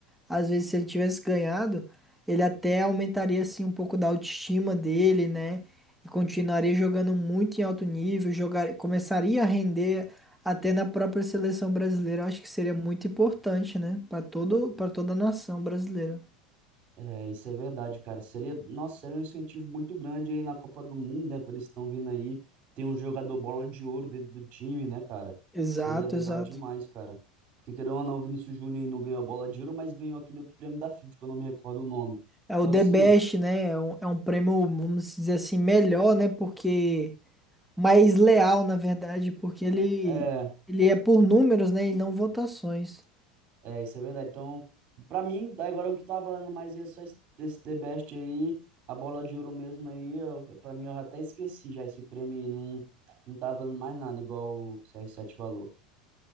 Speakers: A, in the centre; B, on the right.
A: Às vezes, se ele tivesse ganhado, ele até aumentaria assim um pouco da autoestima dele, né? E continuaria jogando muito em alto nível, jogar, começaria a render até na própria seleção brasileira. Eu acho que seria muito importante, né, para todo, para toda a nação brasileira.
B: É, isso é verdade, cara. Seria, nossa, seria um incentivo muito grande aí na Copa do Mundo, né? Por eles estão vindo aí. Tem um jogador bola de ouro dentro do time, né, cara?
A: Exato,
B: Seria legal
A: exato.
B: demais, cara. Porque querendo ou não, o Vinícius Júnior aí não ganhou a bola de ouro, mas ganhou aquele outro prêmio da FIFA, que eu não me recordo o nome.
A: É
B: Então,
A: o The
B: assim,
A: Best, né? É um, é um prêmio, vamos dizer assim, melhor, né? Porque mais leal, na verdade, porque ele,
B: é,
A: ele é por números, né? E não votações.
B: é, isso é verdade. Então, pra mim, agora o que tá valendo mais é só esse, esse The Best aí, a bola de ouro mesmo aí. Eu, pra mim, eu até esqueci já esse prêmio aí, não, não tá valendo mais nada, igual o cr Sete falou.